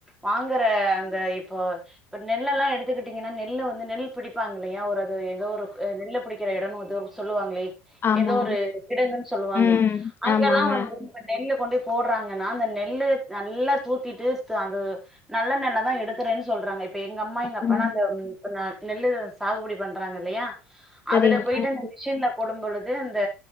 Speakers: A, in the centre; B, on the left (about 30°).
A: வாங்குற அந் இந்த இப்போ இப்ப நெல்ல எல்லா எடுத்துக்கிட்டீங்கனா நெல்ல வந்து நெல் பிடிப்பாங்க இல்லையா ஒரு அது ஏதோ ஒரு அ நெல்லு புடிக்கிற எடோனு வந்து ஒரு சொல்லுவாங்களே
B: ஆமா
A: ஏதோ ஒரு கிடங்குனு சொல்லுவாங்க
B: ம்
A: அங்கல்லா
B: ஆமாங்க
A: வந்து இப்ப நெல்லு கொண்டு போய் போடுறாங்கனா அந்த நெல்லு நல்லா தூத்திட்டு அது நல்ல நெல்லாதா எடுத் எடுக்குறேன்னு சொல்றாங்க இப்ப எங்க அம்மா எங்க அப்பா
B: ம்,
A: அந்த நெல்லு சாகுபடி பண்றாங்க இல்லையா
B: சரிங்க
A: அதுல போயிட்டு அந்த மிஷின்ல போடும் பொழுது அந்த